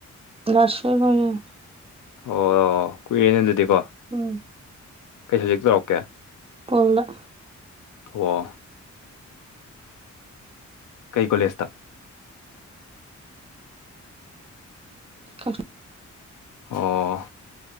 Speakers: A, on the right (about 20°); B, on the left (about 90°).
A: ꯂꯥꯁ ꯏꯌꯥ꯭ꯔ ꯂꯣꯏꯔꯦ
B: ꯑꯣ ꯀꯨꯏꯔꯦꯅꯦ ꯑꯗꯨꯗꯤꯀꯣ
A: ꯎꯝ
B: ꯀꯩ ꯁꯞꯖꯦꯛ ꯇꯧꯔꯛꯀꯦ
A: ꯄꯣꯜꯂ
B: ꯑꯣ ꯀꯩ ꯀꯣꯂꯦꯖꯇ
A: <unintelligible>
B: ꯑꯣ